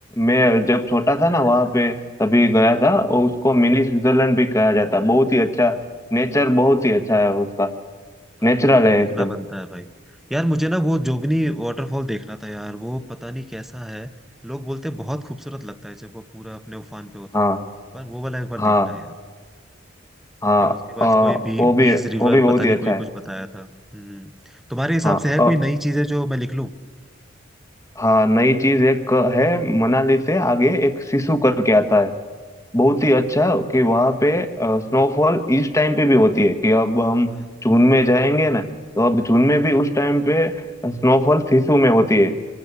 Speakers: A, on the left; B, in the centre.
A: मैं जब छोटा था ना वहाँ पे तभी गया था और उसको मिनी स्विट्जरलैंड
B: हाँ।
A: भी कहा जाता है बहुत ही अच्छा नेचर बहुत ही अच्छा है उसका
B: अब
A: नेचुरल
B: तो फिर
A: है
B: देखना
A: एकदम
B: बनता है भाई यार मुझे ना वो जोगनी वाटरफॉल देखना था यार वो पता नहीं कैसा है लोग बोलते हैं बहुत खूबसूरत लगता है जब वो पूरा अपने उफान पे होता
A: हाँ
B: है पर वो वाला एक बार
A: हाँ
B: देखना है यार
A: हाँ
B: फिर उसके बाद
A: अ,
B: कोई बी
A: वो भी
B: बीस
A: वो
B: रिवर
A: भी बहुत
B: पता नहीं
A: ही अच्छा
B: कोई कुछ
A: है
B: बताया था हम्म तुम्हारे हिसाब
A: हाँ
B: से है
A: अ,
B: कोई नई चीजें जो मैं लिख लूं
A: हाँ नई चीज एक है मनाली से आगे एक सिसु करके आता है बहुत
B: अच्छा
A: ही अच्छा कि वहाँ पे स्नोफॉल इस टाइम पे भी होती है कि अब हम
B: हाँ
A: जून में जाएंगे ना तो अब जून में भी उस टाइम पे स्नोफॉल सिसु में होती है